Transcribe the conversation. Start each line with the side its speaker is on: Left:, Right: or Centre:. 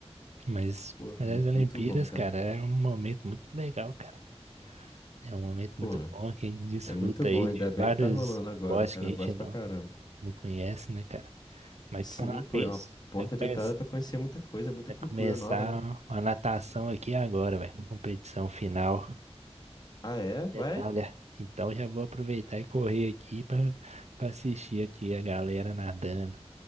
Right: Mas,
Left: Porra,
Right: mas as Olimpíadas,
Left: muito bom, cara.
Right: cara, é um momento muito legal, cara. É um momento
Left: Pô,
Right: muito bom que a gente desfruta
Left: é muito bom.
Right: aí
Left: Ainda
Right: de
Left: bem
Right: vários
Left: que tá rolando agora,
Right: esportes
Left: cara.
Right: que a
Left: Eu
Right: gente
Left: gosto
Right: não,
Left: pra caramba.
Right: não conhece, né, cara? Mas
Left: Sim,
Right: por falar
Left: pô,
Right: nisso,
Left: é uma porta
Right: vai começar,
Left: de entrada pra conhecer muita coisa, muita
Right: vai
Left: cultura
Right: começar
Left: nova, né?
Right: uma natação aqui agora, velho. Competição final,
Left: Ah, é? Vai?
Right: medalha. Então já vou aproveitar e correr aqui para assistir aqui a galera nadando.